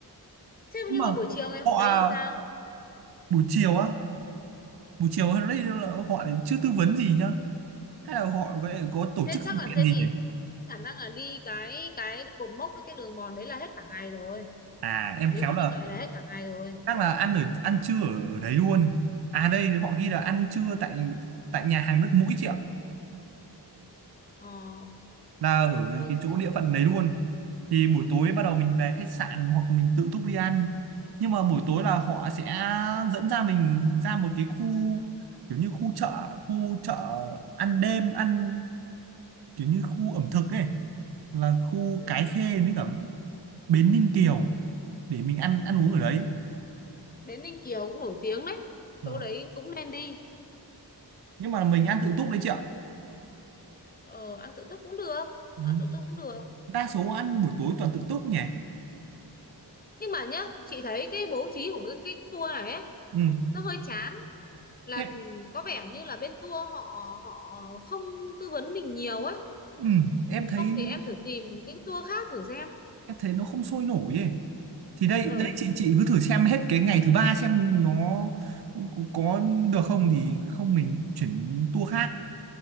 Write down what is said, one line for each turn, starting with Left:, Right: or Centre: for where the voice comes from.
Left: Thế
Right: Nhưng
Left: nhưng
Right: mà
Left: mà buổi chiều ngày hôm
Right: họ
Left: đấy
Right: à,
Left: thì sao?
Right: buổi chiều á, buổi chiều ở đây là họ lại chưa tư vấn gì nhá. Hay là họ có
Left: Ờ,
Right: có tổ
Left: Thế
Right: chức
Left: chắc
Right: sự
Left: là
Right: kiện
Left: thế
Right: gì
Left: thì
Right: nhỉ?
Left: thế khả năng là đi cái cái cột mốc với cái đường mòn đấy là hết cả ngày rồi.
Right: À em
Left: Nếu
Right: khéo
Left: mà
Right: là
Left: như vậy là hết cả ngày rồi.
Right: chắc là ăn ở ăn trưa ở, ở đấy luôn. À đây họ ghi là ăn trưa tại tại nhà hàng đất mũi chị ạ.
Left: Ờ,
Right: là ở
Left: ok.
Right: cái chỗ địa phận đấy luôn thì buổi tối bắt đầu mình về khách sạn hoặc mình tự túc đi ăn nhưng mà buổi tối là họ sẽ dẫn ra mình ra một cái khu kiểu như khu chợ khu chợ ăn đêm ăn kiểu như khu ẩm thực ấy là khu
Left: Ừ.
Right: Cái Khê với cả Bến Ninh Kiều để mình ăn ăn uống ở đấy
Left: Bến Ninh Kiều cũng nổi tiếng đấy.
Right: Vâng.
Left: Chỗ đấy cũng nên đi.
Right: nhưng mà mình ăn tự túc đấy chị ạ
Left: Ờ, ăn tự túc cũng được.
Right: ừ.
Left: Ăn tự túc cũng được.
Right: đa số ăn buổi tối toàn tự túc nhỉ
Left: Nhưng mà nhá, chị thấy cái bố trí của cái, cái tour này ấy,
Right: ừ.
Left: nó hơi chán là
Right: em
Left: ừ, có vẻ như là bên tour họ họ không tư vấn mình nhiều á
Right: ừ. em thấy
Left: không thì em thử tìm cái tour khác thử xem
Right: em thấy nó không sôi nổi ấy thì đây
Left: ừ
Right: đây chị chị cứ thử xem hết cái ngày thứ ba xem nó có, có được không thì không mình chuyển tour khác